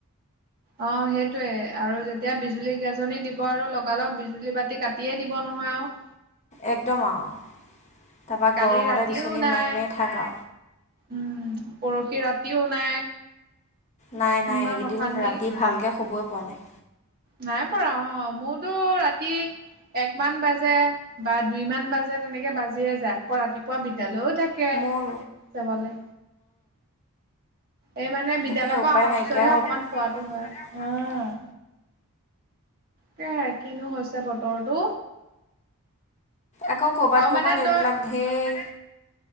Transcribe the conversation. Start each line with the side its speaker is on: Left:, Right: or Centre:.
Right: অ' সেইটোয়ে আৰু যেতিয়া বিজুলী গাজনী দিব আৰু লগালগ বিজুলী বাতি কাটিয়ে দিব নহয় আৰু।
Left: একদম আৰু, তাৰপা
Right: কালি
Left: গৰমতে
Right: ৰাতিও
Left: বিচনী
Right: নাই
Left: মাৰি মাৰি থাকা।
Right: উম, পৰসি ৰাতিও নাই।
Left: নাই নাই,
Right: ইমান
Left: এইকেইদিন
Right: অশান্তি
Left: ৰাতি ভালকৈ শুবই পোৱা নাই।
Right: নাই পৰা অ'। মোৰতো ৰাতি একমান বাজে বা দুইমান বাজে তেনেকে বাজিয়েই যায়। আকৌ ৰাতিপুৱা বিদ্যালয়ও থাকে
Left: মোৰ
Right: যাবলে। এই মানে
Left: তাকেহে
Right: বিদ্যালয়ৰপৰা
Left: উপায়
Right: অহাৰ
Left: নাইকিয়া
Right: পিছতহে অকনমান
Left: অ
Right: শুৱাটো হয়। উম। সেয়ে কিনো হৈছে বতৰটো।
Left: আকৌ কৰ'বাত
Right: আৰু
Left: ক'ৰবাত
Right: মানে
Left: এইবিলাক
Right: তই
Left: ঢেৰ।